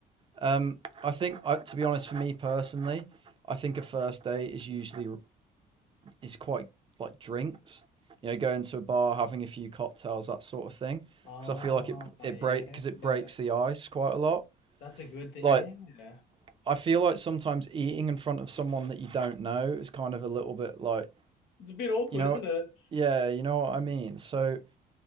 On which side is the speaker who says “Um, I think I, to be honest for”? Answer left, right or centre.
Right